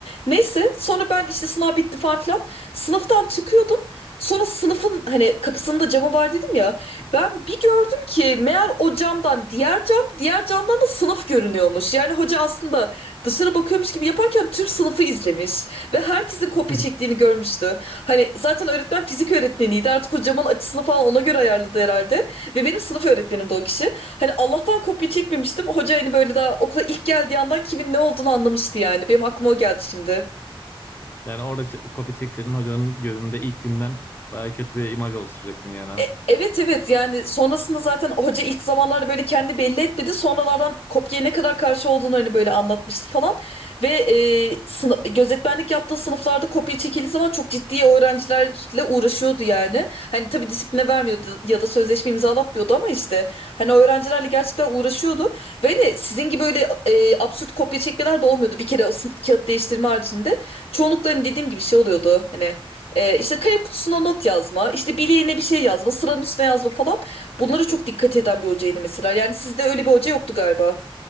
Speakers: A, on the left; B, on the left.
A: Neyse sonra ben işte sınav bitti falan filan. Sınıftan çıkıyordum. Sonra sınıfın hani kapısında camı var dedim ya. Ben bir gördüm ki meğer o camdan diğer cam, diğer camdan da sınıf görünüyormuş. Yani hoca aslında dışarı bakıyormuş gibi yaparken tüm sınıfı izlemiş ve herkesin kopya
B: <laughs>
A: çektiğini görmüştü. Hani zaten öğretmen fizik öğretmeniydi. Artık o camın açısını falan ona göre ayarladı herhalde. Ve benim sınıf öğretmenim de o kişi. Hani Allah'tan kopya çekmemiştim. Hoca hani böyle daha okula ilk geldiği andan kimin ne olduğunu anlamıştı yani. Benim aklıma o geldi şimdi.
B: Yani orada ç- kopya çekseydin hocanın gözünde ilk günden bayağı kötü bir imaj oluşturacaktın yani.
A: E- Evet evet yani sonrasında zaten hoca ilk zamanlarda böyle kendi belli etmedi. Sonralardan kopya ne kadar karşı olduğunu hani böyle anlatmıştı falan. Ve e, sınıf, gözetmenlik yaptığı sınıflarda kopya çekildiği zaman çok ciddi öğrencilerle uğraşıyordu yani. Hani tabii disipline vermiyordu ya da sözleşme imzalatmıyordu ama işte hani o öğrencilerle gerçekten uğraşıyordu. Ve hani sizin gibi öyle e, absürt kopya çekmeler de olmuyordu. Bir kere o sınıf- kağıt değiştirme haricinde çoğunlukla hani dediğim gibi şey oluyordu. Hani ee, işte kalem kutusuna not yazma, işte bileğine bir şey yazma, sıranın üstüne yazma falan. Bunlara çok dikkat eden bir hocaydı mesela. Yani sizde öyle bir hoca yoktu galiba.